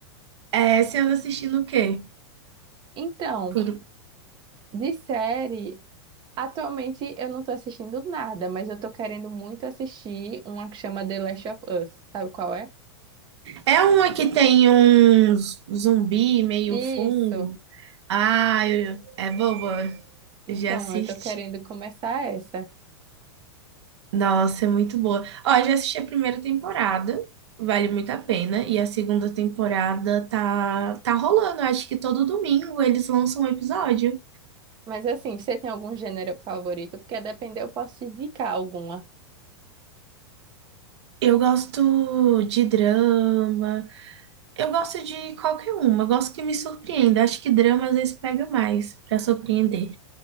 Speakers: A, on the right; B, on the right.
A: É, você anda assistindo o quê?
B: Então,
A: Por-
B: de série, atualmente eu não tô assistindo nada, mas eu tô querendo muito assistir uma que chama The Last of Us, sabe qual é?
A: É uma que tem um zumbi meio
B: Isso.
A: fungo. Ah, eu- é boba.
B: Então,
A: Já assisti.
B: eu tô querendo começar essa.
A: Nossa, é muito boa. Ó, eu já assisti a primeira temporada, vale muito a pena. E a segunda temporada tá, tá rolando. Acho que todo domingo eles lançam um episódio.
B: Mas assim, você tem algum gênero favorito? Porque a depender eu posso te indicar alguma.
A: Eu gosto de drama, eu gosto de qualquer uma, eu gosto que me surpreenda. Acho que drama às vezes pega mais pra surpreender.